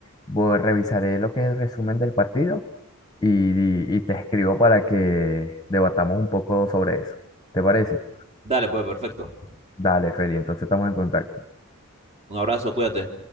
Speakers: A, on the left; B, on the right.
A: voy, revisaré lo que es el resumen del partido y, y te escribo para que debatamos un poco sobre eso. ¿Te parece?
B: Dale, pues, perfecto.
A: Dale, Feli, entonces estamos en contacto.
B: Un abrazo, cuídate.